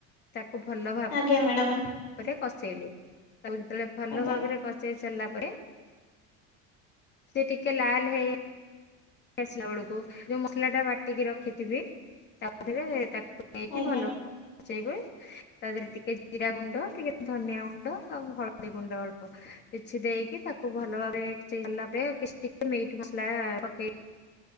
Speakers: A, on the left; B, on the left.
A: ତାକୁ ଭଲ ଭାବରେ
B: ଆଜ୍ଞା ମ୍ୟାଡ଼ାମ
A: କସେଇଲି ତାକୁ ଯେତେବେଳେ ଭଲ
B: ଆଜ୍ଞା
A: ଭାବରେ କଚେଇ ସାରିଲା ପରେ ସେ ଟିକେ ଲାଲ ହେଇ ଇଆସିଲା ବେଳକୁ ଯୋଉ ମସଲା ଟା ବାଟିକି ରଖିଥିବି ତାଦିହରେ ତାକୁ ନେଇକି
B: ଆଜ୍ଞା
A: ଭଲ ସେଇ ବେ ତା ଦେହରେ ଟିକେ ଜିରା ଗୁଣ୍ଡ ଟିକେ ଧନିଆ ଗୁଣ୍ଡ ଆଉ ହଳଦୀ ଗୁଣ୍ଡ ଅଳ୍ପ କିଛି ଦେଇକି ତାକୁ ଭଲ ଭାବରେ ଇଦେଲା ପରେ କିଛି ଟକେ ମିଟ୍ ମସଲା ପକେଇ